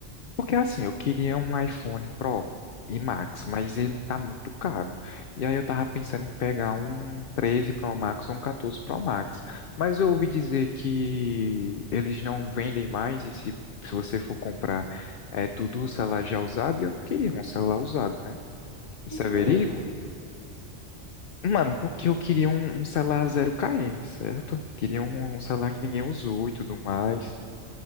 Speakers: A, on the left; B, on the left.
A: Porque assim, eu queria um iPhone Pro e Max, mas ele tá muito caro. E aí eu tava pensando em pegar um 13 Pro Max ou um 14 Pro Max. Mas eu ouvi dizer que eles não vendem mais e se, se você for comprar é tudo o celular já usado, e eu não queria um celular usado, né? Isso
B: Por
A: é
B: quê,
A: verídico?
B: meu mano?
A: Mano, porque eu queria um, um celular zero km certo? Queria um, um celular que ninguém usou e tudo mais.